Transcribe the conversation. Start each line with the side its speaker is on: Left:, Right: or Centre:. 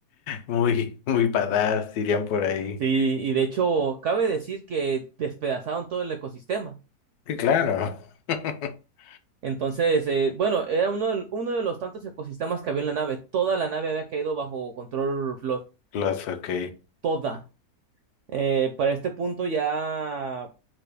Left: muy, muy badass, dirían por ahí.
Right: Sí, y de hecho, cabe decir que despedazaron todo el ecosistema.
Left: Sí, claro. <laughs>
Right: Entonces, eh, bueno, era uno de, uno de los tantos ecosistemas que había en la nave. Toda la nave había caído bajo control Flor.
Left: Los, ok.
Right: Toda. Eh, para este punto ya.